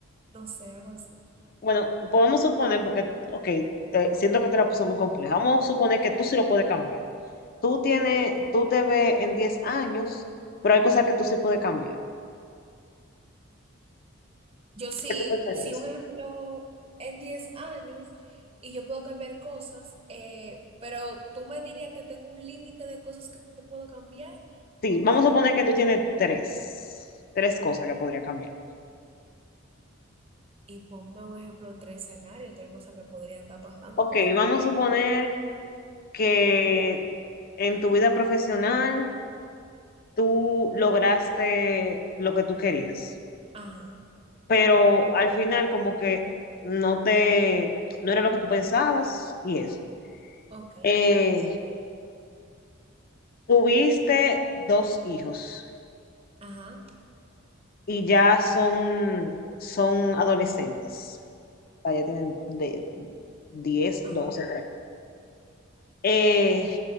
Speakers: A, on the right; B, on the left.
A: No sé, algo así.
B: Bueno, pues vamos a suponer, porque, ok, te- siento que te la puse muy compleja. Vamos a suponer que tú sí lo puedes cambiar. Tú tienes, tú te ves en 10 años, pero hay cosas que tú sí puedes cambiar.
A: Yo sí,
B: ¿Qué tú pensarías?
A: sí, un ejemplo en 10 años y yo puedo cambiar cosas, eh, pero tú me dirías que tengo un límite de cosas que puedo cambiar
B: Sí,
A: o
B: vamos
A: puedo cambiar
B: a suponer que tú tienes tres, tres cosas que podría cambiar.
A: y ponme un ejemplo, tres escenarios, tres cosas que podrían estar pasando.
B: Ok,
A: Pues,
B: vamos a suponer que en tu vida profesional tú lograste lo que tú querías,
A: ajá,
B: pero al final como que no te, no era lo que tú pensabas y eso.
A: ok,
B: Eh, tuviste dos hijos
A: ajá,
B: y ya son, son adolescentes, o sea, ya tienen de diez
A: ajá,
B: doce por ahí. Eh,